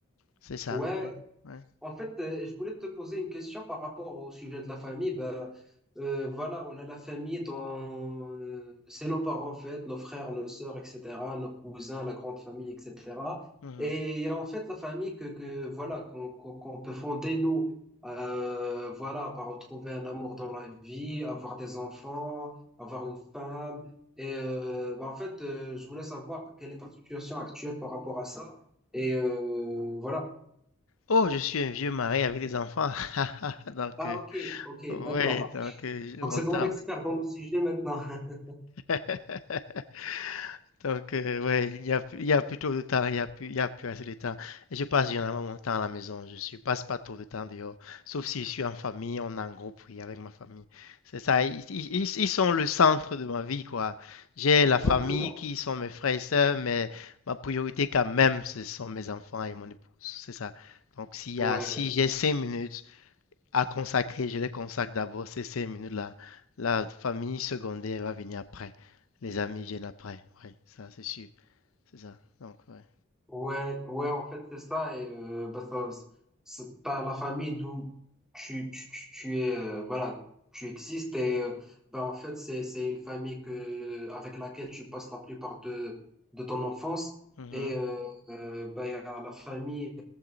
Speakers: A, on the left; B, in the centre.
A: c'est ça.
B: ouais.
A: ouais.
B: En fait, euh, je voulais te poser une question par rapport au sujet de la famille. Ben, euh, voilà, on a la famille dont euh, c'est nos parents, en fait, nos frères, nos sœurs, etc., nos cousins, la grande famille, etc.
A: Mhm.
B: Et en fait, la famille que, que voilà, qu'on qu'on- qu'on peut fonder, nous, euh, voilà, par retrouver un amour dans la vie, avoir des enfants, avoir une femme. Et euh, ben, en fait, euh, je voulais savoir quelle est ta situation actuelle par rapport à ça. Et euh, voilà.
A: Oh, je suis un vieux mari avec des enfants. <laughs> Donc,
B: Ah,
A: euh,
B: ok, ok,
A: ouais,
B: d'accord.
A: donc euh, je-
B: Donc
A: on
B: c'est toi
A: t'aime.
B: l'expert dans le sujet maintenant. <laughs>
A: <laughs> Donc, euh, ouais, il y a, il y a plus trop de temps, il y a plus, il y a plus assez de temps. Et je passe généralement mon temps à la maison, je ne passe pas trop de temps dehors, sauf si je suis en famille, on est en groupe, oui, avec ma famille. C'est ça, ils, ils- ils- ils sont le centre de ma vie, quoi. J'ai la
B: Exactement.
A: famille qui sont mes frères et sœurs, mais ma priorité quand même, ce sont mes enfants et mon épouse, c'est ça. Donc, s'il y
B: Ouais.
A: a, si j'ai cinq minutes, à consacrer, je les consacre d'abord ces cinq minutes-là. La famille secondaire va venir après. Les amis viennent après. Oui, ça, c'est sûr. C'est ça. Donc, ouais.
B: Ouais, ouais, en fait, c'est ça. Et euh, bah, ça, c'est par la famille d'où tu, tu, tu, tu es, euh, voilà, tu existes. Et euh, bah, en fait, c'est, c'est une famille que, avec laquelle tu passes la plupart de, de ton enfance.
A: Mhm.
B: Et euh, euh, bah, il y a la famille